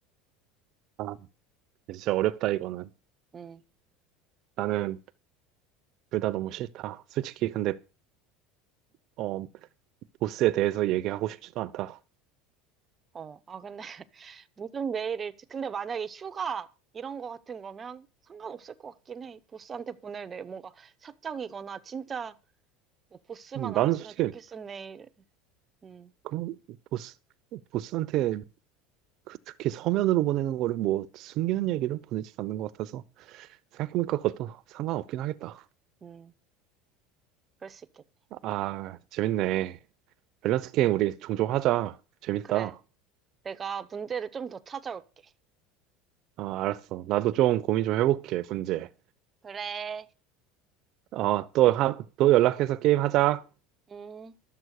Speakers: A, on the right (about 50°); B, on the right (about 25°).
A: 아, 진짜 어렵다, 이거는.
B: 음.
A: 나는 둘 다 너무 싫다. 솔직히, 근데, 어, 보스에 대해서 얘기하고 싶지도 않다.
B: 어. 아, 근데 <laughs> 무슨 메일을 근데 만약에 휴가 이런 거 같은 거면 상관없을 것 같긴 해. 보스한테 보낼 내 뭔가 사적이거나 진짜 뭐 보스만
A: 음, 나는
B: 알았으면
A: 솔직히,
B: 좋겠은 내일. 음.
A: 그, 보스, 보스한테 그 특히 서면으로 보내는 거를 뭐, 숨기는 얘기를 보내지 않는 것 같아서, 생각해보니까 그것도 상관없긴 하겠다.
B: 음. 그럴 수 있겠네.
A: 아, 재밌네. 밸런스 게임 우리 종종 하자. 재밌다.
B: 그래. 내가 문제를 좀 더 찾아올게.
A: 아, 알았어. 나도 좀 고민 좀 해볼게, 문제.
B: 그래.
A: 어, 또, 한, 또 연락해서 게임 하자.
B: 음.